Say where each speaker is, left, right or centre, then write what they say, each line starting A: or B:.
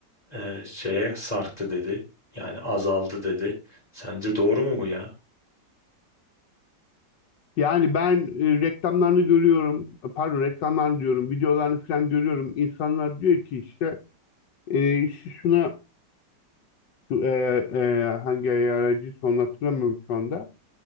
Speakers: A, on the left; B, on the left.
A: e, şeye sarktı dedi. Yani azaldı dedi. Sence doğru mu bu ya?
B: Yani ben e, reklamlarını görüyorum, pardon reklamlarını diyorum, videolarını falan görüyorum. İnsanlar diyor ki işte e, işte şuna e, e, hangi aracı son hatırlamıyorum şu anda.